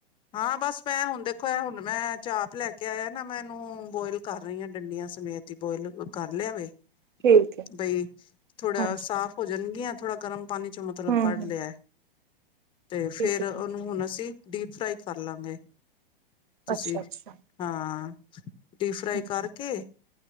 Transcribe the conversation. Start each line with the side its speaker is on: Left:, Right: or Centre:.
Left: ਹਾਂ ਬਸ ਮੈਂ ਹੁਣ ਦੇਖੋ ਹੁਣ ਮੈਂ ਚਾਪ ਲੈ ਕੇ ਆਇਆ ਨਾ ਮੈਂ ਇਹਨੂੰ ਬੋਇਲ ਕਰ ਰਹੀ ਹਾਂ ਡੰਡੀਆਂ ਸਮੇਤ ਬੋਇਲ ਕਰ ਲਿਆਵੇ
Right: ਠੀਕ ਹੈ
Left: ਬਈ ਥੋੜਾ
Right: ਹਾਂਜੀ
Left: ਸਾਫ਼ ਹੋ ਜਾਣਗੀਆਂ ਥੋੜਾ ਗਰਮ ਪਾਣੀ ਚ ਮਤਲਬ
Right: ਹਮ
Left: ਕੱਢ
Right: ਹਮ
Left: ਲਿਆ ਤੇ ਫੇਰ
Right: ਠੀਕ ਹੈ ਠੀਕ
Left: ਉਹਨੂੰ
Right: ਹੈ
Left: ਹੁਣ ਅਸੀਂ ਡੀਪ ਫਰਾਈ ਕਰ ਲਾਂਗੇ ਤੁਸੀਂ
Right: ਅੱਛਾ ਅੱਛਾ
Left: ਹਾਂ ਡੀਪ
Right: ਹਮ,
Left: ਫਰਾਈ ਕਰਕੇ